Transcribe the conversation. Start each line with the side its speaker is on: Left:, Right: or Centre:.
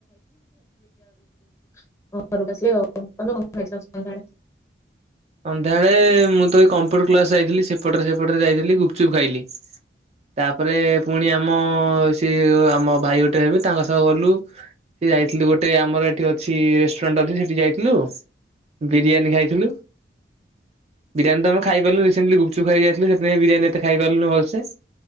Left: <unintelligible> ହଁ ଘରକୁ ଆସିବେ <unintelligible>
Right: ସନ୍ଧ୍ୟାବେଳେ ମୁଁ ତ ଏଇ କମ୍ପ୍ୟୁଟର କ୍ଲାସ ଯାଇଥିଲି ସେପଟରେ ସେପଟରେ ଯାଇଥିଲି ଗୁପଚୁପ୍ ଖାଇଲି। ତାପରେ ପୁଣି ଆମ ସେ ଆମ ଭାଇ ଗୋଟେ ହେବେ ତାଙ୍କ ସହ ଗଲୁ। ସେ ଯାଇଥିଲୁ ଗୋଟେ ଆମର ଏଠି ଅଛି ରେଷ୍ଟୁରାଣ୍ଟ ଅଛି ସେଠି ଯାଇଥିଲୁ ବିରିୟାନୀ ଖାଇଥିଲୁ। ବିରିୟାନୀ ତ ଆମେ ଖାଇ ପାରିଲୁନି ରିସେଣ୍ଟ୍ଲି ଗୁପ୍ ଚୁପ୍ ଖାଇକି ଯାଇଥିଲୁ ସେଇଥିପାଇ ବିରିୟାନୀ ଏତେ ଖାଇ ପାର୍ ଲୁନି ଭଲ୍ ସେ